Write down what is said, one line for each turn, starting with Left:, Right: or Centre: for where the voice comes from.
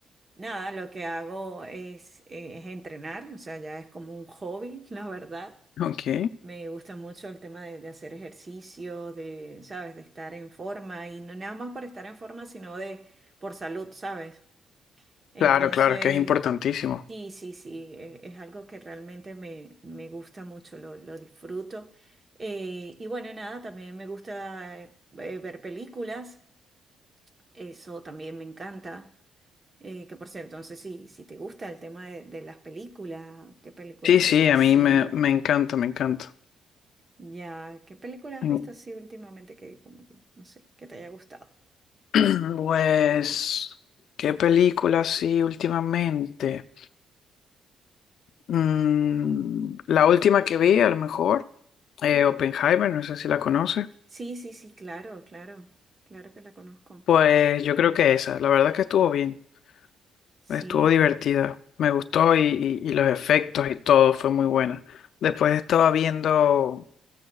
Right: Nada, lo que hago es, eh, es entrenar, o sea, ya es como un hobby, <laughs> la verdad.
Left: Ok.
Right: Me gusta mucho el tema de, de hacer ejercicio, de, ¿sabes? De estar en forma y no nada más por estar en forma, sino de por salud, ¿sabes? Entonces,
Left: Claro, claro, es que es importantísimo.
Right: sí, sí, sí, eh, es algo que realmente me, me gusta mucho, lo, lo disfruto. Eh, y bueno, nada, también me gusta eh, ver películas, eso también me encanta. Eh, que por cierto, entonces si, si te gusta el tema de, de las películas, ¿qué películas
Left: Sí,
Right: has
Left: sí,
Right: visto
Left: a
Right: así?
Left: mí me, me encanta, me encanta.
Right: Ya, ¿qué películas has
Left: Mm,
Right: visto así últimamente que como que, no sé, que te haya gustado?
Left: <clears throat> Pues, ¿qué película sí últimamente? Mm, la última que vi, a lo mejor, eh, Oppenheimer, no sé si la conoces.
Right: Sí, sí, sí, claro, claro, claro que la conozco.
Left: Pues yo creo que esa, la verdad que estuvo bien,
Right: Sí,
Left: estuvo divertida, me gustó y, y- y los efectos y todo fue muy buena. Después estaba viendo